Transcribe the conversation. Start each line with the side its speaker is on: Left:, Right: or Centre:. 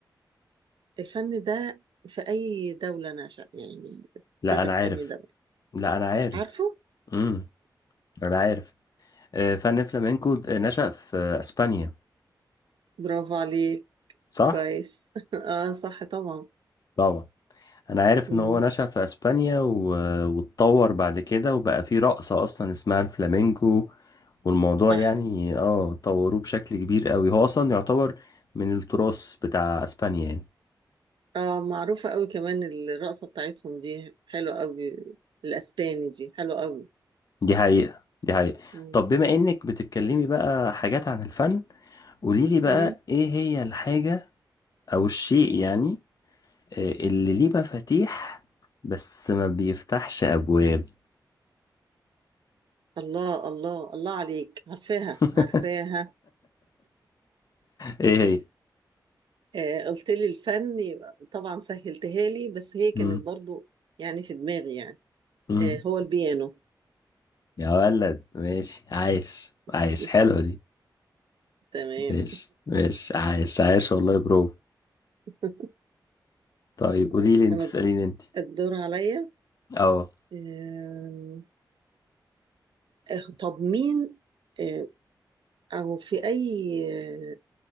Right: الفن ده في أي دولة نشأ يعني
Left: لا
Right: ابتدى
Left: انا
Right: في
Left: عارف
Right: أي دولة
Left: لا انا عارف
Right: عارفه؟
Left: امم انا عارف آه، فن فلامينكو د- نشأ في آه، اسبانيا
Right: برافو عليك
Left: صح
Right: كويس <laughs> اه صح طبعا
Left: طبعا انا عارف
Right: مم.
Left: ان هو نشأ في اسبانيا و- واتطور بعد كده وبقى في رقصة اصلا اسمها الفلامينكو والموضوع
Right: صح
Left: يعني اه طوروه بشكل كبير قوي هو اصلا يعتبر من التراث بتاع اسبانيا يعني
Right: اه معروفة قوي كمان الرقصة بتاعتهم دي حلوة قوي الأسباني دي حلوة قوي
Left: دي حقيقة دي حقيقة
Right: مم.
Left: طب بما انك بتتكلمي بقى حاجات عن الفن قوليلي بقى
Right: مم.
Left: ايه هي الحاجة او الشيء يعني آه، اللي ليه مفاتيح بس ما بيفتحش ابواب
Right: الله الله الله عليك عارفاها
Left: <laughs>
Right: عارفاها
Left: ايه هي
Right: آه قلت لي الفن يبقى طبعا سهلتها لي بس هي كانت
Left: مم.
Right: برضو يعني في دماغي يعني
Left: مم.
Right: آه هو البيانو
Left: يا ولد ماشي عايش عايش
Right: <laughs>
Left: حلوة دي
Right: تمام
Left: ماشي ماشي عايش عايش والله برافو
Right: <laughs>
Left: طيب
Right: طيب
Left: قولي لي انت
Right: انا
Left: اسأليني انت
Right: الدور عليا
Left: اه
Right: آم، آه، طب مين آه، او في اي آه،